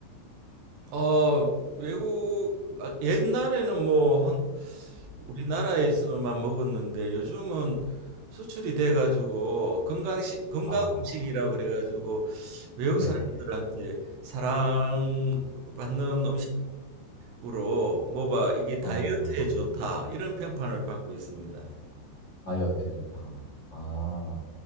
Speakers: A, on the right; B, on the left.
A: 어 외국 아, 옛날에는 뭐 한, 우리나라에서만 먹었는데 요즘은 수출이 돼가지고 건강식 건강
B: 아,
A: 음식이라고 그래가지고 외국
B: 네.
A: 사람들한테 사랑받는 음식으로 뭐가 이게 다이어트에
B: 어,
A: 좋다 이런 평판을 받고 있습니다.
B: 다이어트에 좋다. 아,